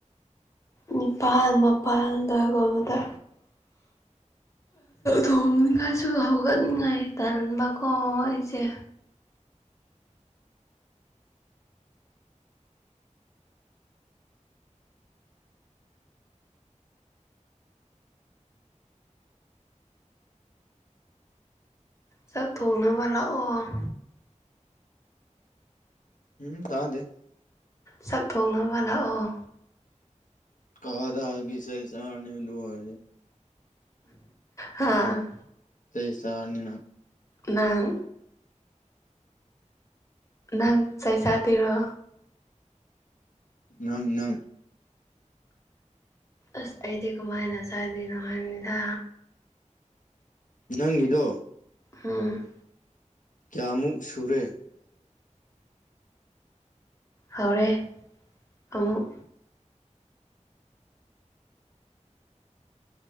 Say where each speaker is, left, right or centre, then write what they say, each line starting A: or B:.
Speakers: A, on the left; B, on the left.
A: ꯅꯤꯄꯥꯜ ꯃꯄꯜ ꯗꯨꯋꯥꯢꯗ ꯊꯣꯡꯅꯤꯡꯉꯥꯏꯁꯨ ꯍꯧꯒꯠꯅꯤꯡꯉꯥꯏ ꯇꯟꯕꯀꯣ ꯑꯩꯁꯦ ꯆꯥꯛ ꯊꯣꯡꯅꯕ ꯂꯥꯛꯑꯣ
B: ꯎꯝ ꯇꯥꯗꯦ
A: ꯆꯥꯛ ꯊꯣꯡꯅꯕ ꯂꯥꯛꯑꯣ
B: ꯀꯥꯏꯗꯒꯤ ꯆꯩ ꯆꯥꯔꯅꯤ ꯑꯗꯨ ꯑꯣꯏꯔꯗꯤ
A: ꯍꯥ
B: ꯆꯩ ꯆꯥꯔꯅꯤ ꯅꯪ
A: ꯅꯪ ꯅꯪ ꯆꯩ ꯆꯥꯗꯣꯏꯔꯣ
B: ꯅꯪ ꯅꯪ
A: ꯑꯁ ꯑꯩꯗꯤ ꯀꯃꯥꯏꯅ ꯆꯥꯗꯣꯏꯅꯣ ꯍꯥꯏꯕꯅꯤꯗ
B: ꯅꯪꯒꯤꯗꯣ
A: ꯎꯝ
B: ꯀꯌꯥꯃꯨꯛ ꯁꯨꯔꯦ
A: ꯍꯧꯔꯦ ꯑꯃꯨꯛ